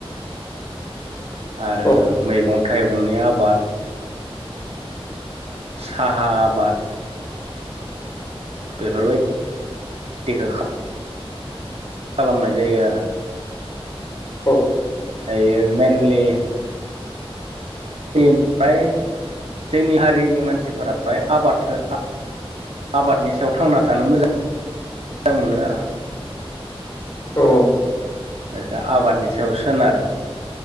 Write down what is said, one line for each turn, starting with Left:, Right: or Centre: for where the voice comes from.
Right: आरो
Left: औ
Right: मैगं - थाइगंनि आबाद। साहा आबाद। बेफोरबायदिखौ खालामनाय जायो आरो
Left: औ
Right: दायो मेनइलि <unintelligible> फ्राय जोंनि हारिनि मानसिफोरा फ्राय आबादखौ आबादनि सायाव थांना थानो मोजां मोजां मोनो आरो।
Left: औ - औ।
Right: बेखौ आबादनि सायाव सोनारो